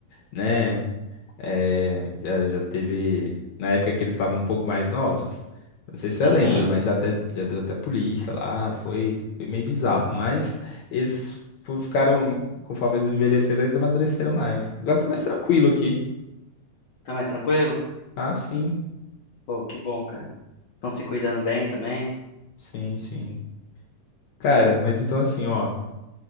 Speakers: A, on the left; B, on the left.
A: né? É, já, já teve. Na época que eles estavam um pouco mais novos. Não sei se você
B: Uhum.
A: lembra, mas já, até, já deu até polícia lá. Foi, foi meio bizarro. Mas eles fo- ficaram, conforme eles envelheceram, eles amadureceram mais. Agora eu tô mais tranquilo aqui.
B: Tá mais tranquilo?
A: Ah, sim,
B: Pô, que bom, cara. Estão se cuidando bem também.
A: sim, sim. Cara, mas então assim, ó.